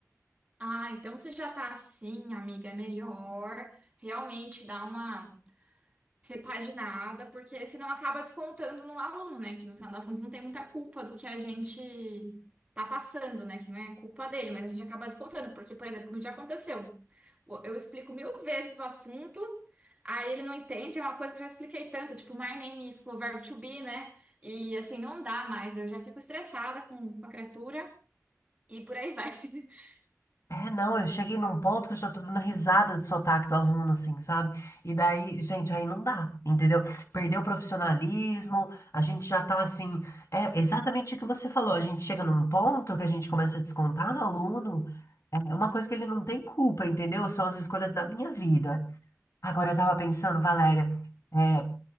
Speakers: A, on the right (about 25°); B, on the left (about 70°).
A: Ah, então você já tá assim, amiga, é melhor. Realmente dá uma. repaginada, porque senão acaba descontando no aluno, né? Que no final das contas não tem muita culpa do que a gente tá passando, né? Que não é culpa dele, mas a gente acaba descontando, porque, por exemplo, como já aconteceu, o- eu explico mil vezes o assunto, aí ele não entende, é uma coisa que eu já expliquei tanto, tipo, my name is, o verbo to be, né? E assim, não dá mais, eu já fico estressada com, com a criatura e por aí vai. <laughs>
B: É, não, eu cheguei num ponto que eu já tô dando risada do sotaque do aluno, assim, sabe? E daí, gente, aí não dá, entendeu? Perdeu o profissionalismo, a gente já tá assim. É exatamente o que você falou, a gente chega num ponto que a gente começa a descontar no aluno, é uma coisa que ele não tem culpa, entendeu? São as escolhas da minha vida. Agora, eu tava pensando, Valéria, é,